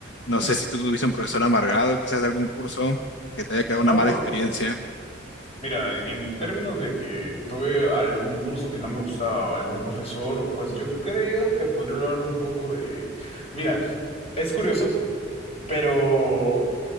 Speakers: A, on the left; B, on the left.
A: No sé si tú tuviste un profesor amargado, quizás de algún curso que te haya quedado una
B: Vamos,
A: mala experiencia.
B: mira, en términos de que tuve algún curso que no me gustaba o algún profesor, pues yo creo que podría hablar un poco de... Mira, es curioso, pero